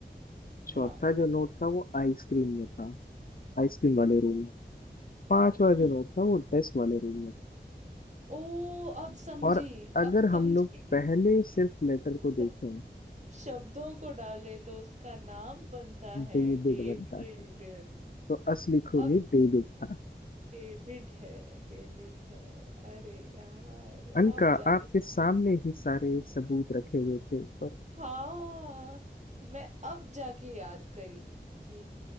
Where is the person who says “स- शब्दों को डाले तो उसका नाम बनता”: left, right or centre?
Right